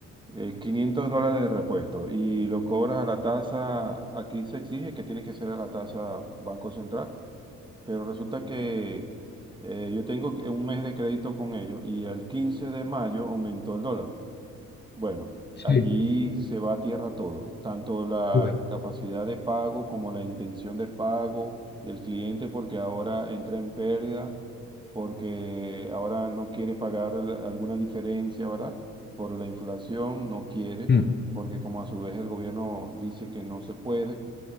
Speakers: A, on the right; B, on the left.
A: eh, 500 dólares de repuesto y lo cobras a la tasa, aquí se exige que tiene que ser a la tasa Banco Central, pero resulta que eh, yo tengo que- un mes de crédito con ellos y el 15 de mayo aumentó el dólar. Bueno,
B: Sí,
A: allí se va a tierra todo, tanto la
B: bueno,
A: capacidad de pago como la intención de pago del cliente, porque ahora entra en pérdida, porque ahora no quiere pagar la- alguna diferencia, ¿verdad? Por la inflación, no quiere,
B: mm,
A: porque como a su vez el gobierno dice que no se puede.